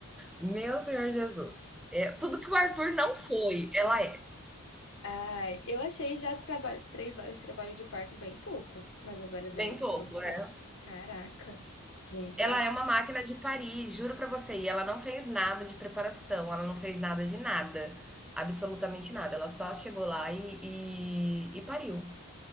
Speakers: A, in the centre; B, on the left.
A: Meu Senhor Jesus. É, tudo que o Arthur não foi, ela é.
B: Ah, eu achei já traba... três horas de trabalho de parto bem pouco, mas agora dez
A: Bem pouco,
B: minutos.
A: é.
B: Caraca. Gente,
A: Ela
B: é.
A: é uma máquina de parir, juro pra você. E ela não fez nada de preparação, ela não fez nada de nada. Absolutamente nada. Ela só chegou lá e, e, e pariu.